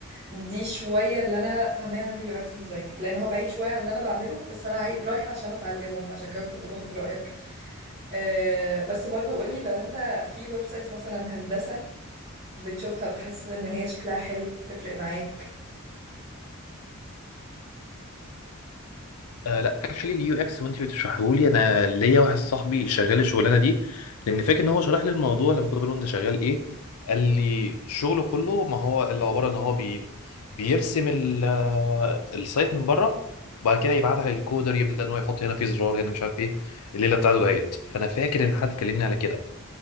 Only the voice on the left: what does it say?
آه لا اكشلي اليو اكس وانت بتشرحه لي انا ليا واحد صاحبي شغال الشغلانه دي لان فاكر ان هو شرح لي الموضوع لما كنت بقول له انت شغال ايه قال لي شغله كله ما هو اللي عباره ان هو بي بيرسم ال- آه، السايت من بره وبعد كده يبعتها للكودر يبدا ان هو يحط هنا في زرار هنا مش عارف ايه الليله بتاعته دهيت فانا فاكر ان حد كلمني على كده